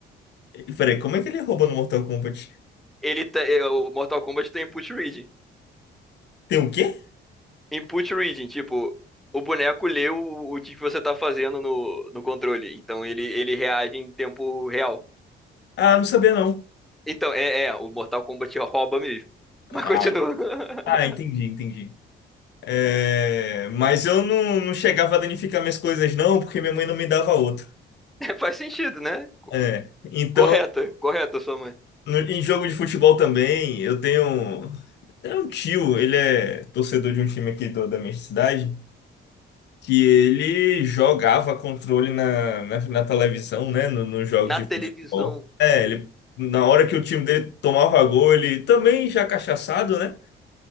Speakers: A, on the left (about 60°); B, in the centre.
A: E Peraí, como é que ele rouba no Mortal Kombat?
B: Ele te- é, o Mortal Kombat tem input reading.
A: Tem o quê?
B: Input reading, tipo, o boneco lê o, o que você tá fazendo no, no controle. Então, ele, ele reage em tempo real.
A: Ah, não sabia não.
B: Então, é, é, o Mortal Kombat rouba mesmo. Mas
A: Ai.
B: continua. <laughs>
A: Ah, entendi, entendi. É, Mas eu não, não chegava a danificar minhas coisas não, porque minha mãe não me dava outra.
B: É, Faz sentido, né?
A: É. Então
B: Correta, correta, sua mãe.
A: No- em jogo de futebol também, eu tenho, tenho um tio, ele é torcedor de um time aqui do- da minha cidade, que ele jogava controle na, na, na televisão, né, no- nos jogos
B: Na
A: de
B: televisão,
A: futebol. É, ele, na hora que
B: e,
A: o time dele tomava gol, ele também já cachaçado, né,